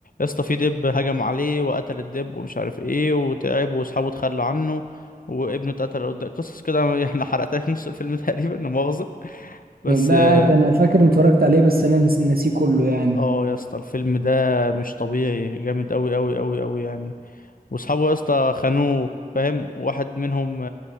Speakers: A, on the left (about 65°); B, on the right (about 80°).
A: اسطى في دب هجم عليه وقتل الدب ومش عارف ايه وتعب واصحابه اتخلوا عنه وابنه اتقتل قدام قصص كده <laughs> احنا حرقتلك نص الفيلم تقريبا لا مؤاخذة بس
B: لا
A: اه
B: عادي أنا فاكر إني اتفرجت عليه بس أنا نس- ناسيه كله يعني
A: آه يا اسطى الفيلم ده مش طبيعي جامد قوي قوي قوي قوي يعني واصحابه يا اسطى خانوه فاهم واحد منهم